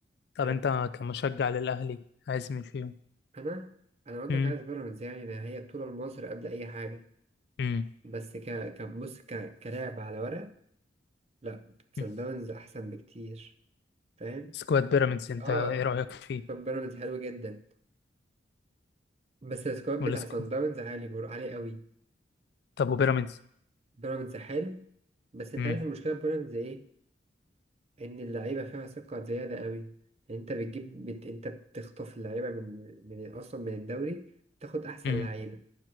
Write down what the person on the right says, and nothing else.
حلو
أنا أنا أقول
لك عايز بيراميدز يعني ده هي بطولة لمصر قبل أي حاجة
بس ك ك- بص ك كلاعب على ورق لا صن
داونز أحسن بكتير فاهم؟
آه
سكواد بيراميدز حلو جدا بس السكواد
بتاع صن داونز عالي بر- عالي قوي
بيراميدز حلو بس انت
عارف المشكله في بيراميدز ايه ان اللعيبه فيها ثقه زياده قوي انت بتجيب بت... انت بتخطف اللعيبه من من اصلا من الدوري تاخد احسن
لعيبه